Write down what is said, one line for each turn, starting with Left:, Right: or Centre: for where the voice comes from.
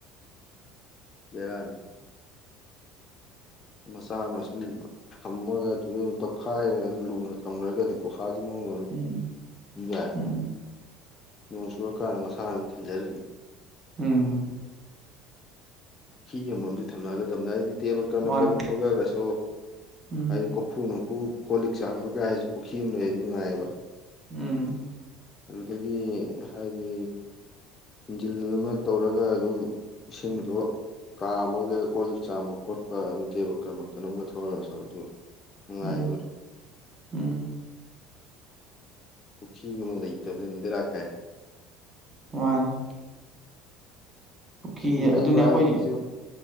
Left: ꯦꯔꯟ ꯃꯆꯥ ꯑꯃ ꯁꯨꯝ ꯊꯝꯃꯒ ꯑꯗꯨꯗ ꯑꯗꯨꯝ ꯇꯣꯈꯥꯏꯔꯒ ꯑꯗꯨꯝ ꯂꯨꯅ ꯊꯝꯈ꯭ꯔꯒꯗꯤꯀꯣ ꯐꯥꯒꯤꯃꯣ
Right: ꯎꯝ
Left: ꯏꯔ
Right: ꯎꯝ
Left: ꯅꯣꯡ ꯆꯨꯔꯀꯥꯟꯗ ꯃꯁꯥꯅꯝ ꯊꯟꯖꯔꯅꯤ
Right: ꯎꯝ
Left: ꯐꯤ ꯑꯃꯃꯝꯗꯨ ꯊꯝꯂꯛꯑꯒ ꯊꯝꯅꯗꯤ ꯗꯦꯕ ꯀꯔꯝꯕ
Right: ꯃꯥꯅꯤ
Left: ꯀꯔꯝ ꯊꯣꯛꯂꯛꯑꯒꯁꯨ
Right: ꯎꯝ
Left: ꯍꯥꯏꯗꯤ ꯀꯣꯐꯨ ꯅꯨꯡꯐꯨ ꯀꯣꯜ ꯂꯤꯛ ꯆꯥꯝꯕ ꯀꯥꯏꯔꯁꯨ ꯄꯨꯈ꯭ꯔꯤ ꯑꯃ ꯂꯩꯔꯗꯤ ꯅꯨꯡꯉꯥꯏꯑꯕ
Right: ꯎꯝ
Left: ꯑꯗꯨꯗꯒꯤ ꯍꯥꯏꯗꯤ ꯏꯟꯖꯤꯟ ꯑꯃ ꯇꯧꯔꯒ ꯑꯗꯨꯝ ꯏꯁꯤꯡꯗꯣ ꯀꯥ ꯑꯃꯒ ꯀꯣ ꯂꯤꯛ ꯆꯥꯝꯕ ꯈꯣꯠꯄ ꯑꯗꯨꯗꯦꯕ ꯀꯔ ꯀꯔꯣꯝꯒ ꯊꯔꯑꯁꯨ ꯑꯗꯨ ꯅꯨꯡꯉꯥꯏꯕ
Right: ꯎꯝ ꯎꯝ
Left: ꯄꯨꯅ ꯂꯩ ꯗꯤꯔꯀꯦ
Right: ꯃꯥꯅꯤ ꯄꯨ꯭ꯔꯤ
Left: ꯏꯁꯤꯡ ꯂꯩꯕ
Right: ꯑꯗꯨꯅꯦ ꯑꯩꯈꯣꯏꯁꯤ
Left: ꯍꯥꯏꯁꯤꯁꯨ